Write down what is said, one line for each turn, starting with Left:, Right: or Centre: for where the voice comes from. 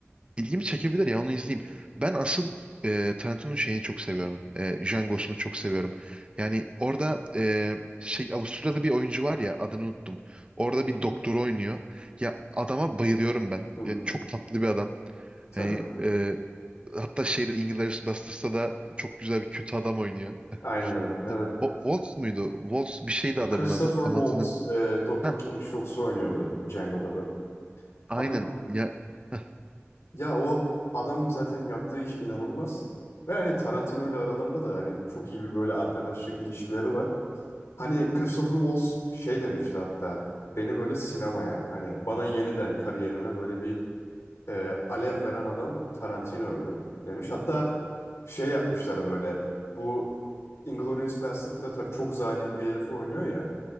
Right: İlgimi çekebilir ya onu izleyeyim. Ben asıl e, Tarantino'nun şeyini çok seviyorum. E, Django'sunu çok seviyorum. Yani orada e, şey Avustralyalı bir oyuncu var ya adını unuttum. Orada
Left: hı hı.
Right: bir doktor oynuyor. Ya adama bayılıyorum ben.
Left: Hı,
Right: Yani çok tatlı bir adam.
Left: tabii.
Right: Hani e, hatta şeyde Inglourious Basterds'ta da çok güzel bir kötü adam oynuyor.
Left: Aynen öyle. evet.
Right: Wo- Wo- Waltz muydu? Waltz bir şeydi adamın
Left: Christopher
Right: adı. Tam
Left: Waltz,
Right: hatırlamıyorum.
Left: e, Dr.
Right: Heh,
Left: King Schultz'u oynuyordu Django'da da.
Right: aynen.
Left: Abi
Right: Ya, heh,
Left: ya o adam zaten yaptığı iş inanılmaz. Ve hani Tarantino ile aralarında da hani çok iyi bir böyle arkadaşlık ilişkileri var. Hani Christopher Waltz şey demişti hatta beni böyle sinemaya hani bana yeniden kariyerime böyle bir e, alev veren adam Tarantino'ydu demiş. Hatta şey yapmışlar böyle bu Inglourious Basterd'da tabii çok zalim bir herifi oynuyor ya.